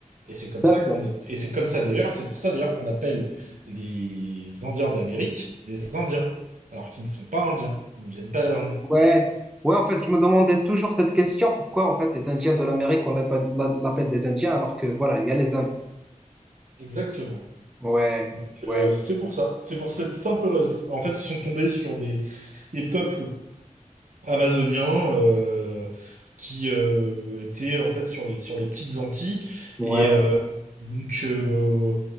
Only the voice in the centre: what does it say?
d'accord.
Ouais, ouais, en fait, je me demandais toujours cette question, pourquoi en fait les Indiens de l'Amérique, on l'appelle l'a- l'appelle des Indiens alors que voilà, il y a les Indes.
Ouais,
ouais,
ouais,